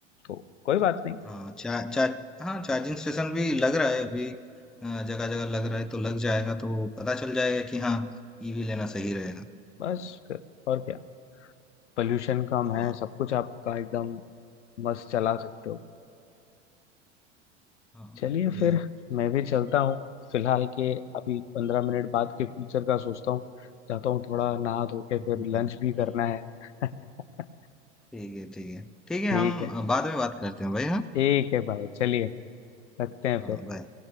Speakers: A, on the left; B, in the centre.
A: तो कोई बात नहीं
B: हाँ चार चार हाँ चार्जिंग स्टेशन भी लग रहा है अभी जगह जगह लग रहा है तो लग जाएगा तो पता चल जाएगा कि हाँ ईवी लेना सही रहेगा
A: बस फिर और क्या पोल्यूशन कम
B: हाँ
A: है सब कुछ आपका एकदम मस्त चला सकते हो
B: हाँ
A: चलिए
B: बढ़िया
A: फिर
B: है।
A: मैं भी चलता हूँ फिलहाल के अभी पंद्रह मिनट बाद के फ्यूचर का सोचता हूँ जाता हूँ थोड़ा नहा धो के
B: ठीक
A: फिर लंच भी करना है <laughs>
B: है ठीक है ठीक है
A: ठीक
B: हम
A: है
B: अ, बाद में बात करते हैं भाई हाँ
A: ठीक है भाई चलिए रखते हैं
B: हाँ
A: फिर
B: bye।